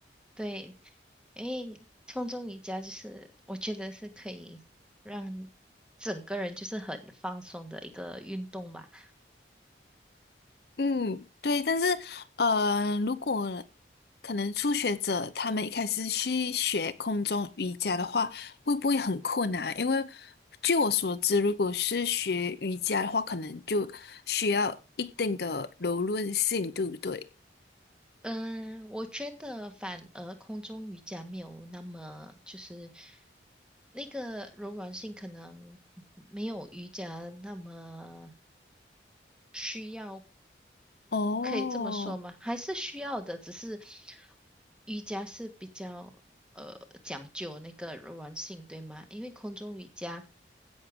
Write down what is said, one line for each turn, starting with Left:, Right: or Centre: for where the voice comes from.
Centre: 对，因为空中瑜伽就是我觉得是可以让整个人就是很放松的一个运动吧。
Left: 嗯，对，但是呃，如果可能初学者他们一开始去学空中瑜伽的话，会不会很困难啊？因为据我所知，如果是学瑜伽的话，可能就需要一定的柔韧性，对不对？
Centre: 嗯，我觉得反而空中瑜伽没有那么就是那个柔软性可能没有瑜伽那么需要，
Left: 哦，
Centre: 可以这么说吗？还是需要的，只是瑜伽是比较呃讲究那个柔软性，对吗？因为空中瑜伽。